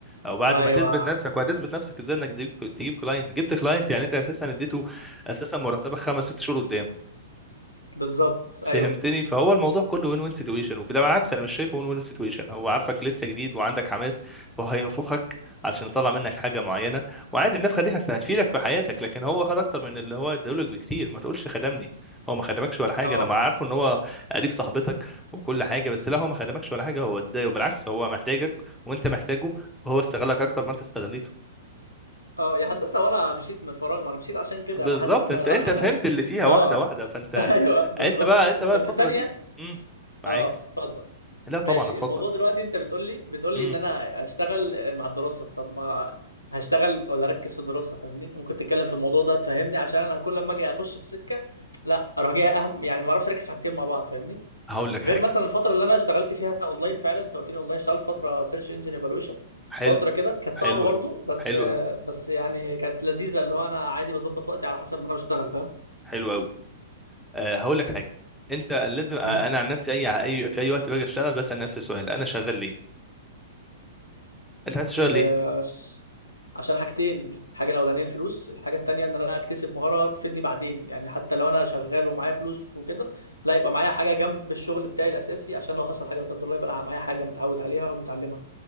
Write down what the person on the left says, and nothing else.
ايوه
بالظبط ايوه
اه
اه يا هندسه وانا مشيت من الفراغ ما انا مشيت عشان كده
انا حاسس ان
انا لا
انا
اه
<laughs> ايوه بالظبط
بس
ثانيه
اه اتفضل
ماشي
الموضوع دلوقتي انت بتقول لي بتقول
لي ان انا اشتغل آه، مع الدراسه طب ما هشتغل ولا اركز في الدراسه فاهمني ممكن تتكلم في الموضوع ده تفهمني عشان انا كل لما اجي اخش في سكه لا اروح جاي اهم يعني ما اعرفش اركز في حاجتين مع بعض فاهمني
غير
مثلا الفتره اللي انا اشتغلت فيها اونلاين فعلا انت قلت لي اونلاين اشتغلت فتره سيرش انجن ايفالويشن
فتره كده كانت صعبه
برضو
بس
بس يعني كانت لذيذه اللي هو انا عادي بظبط وقتي على حسب ما انا بشتغل فاهم
مم.
آه،
عشان حاجتين الحاجه الاولانيه الفلوس الحاجه التانيه ان انا اكتسب مهاره تفيدني بعدين يعني حتى لو انا شغال ومعايا فلوس وكده لا يبقى معايا حاجه جنب الشغل بتاعي الاساسي عشان لو حصل حاجه لا قدر الله يبقى انا معايا حاجه متعود عليها ومتعلمها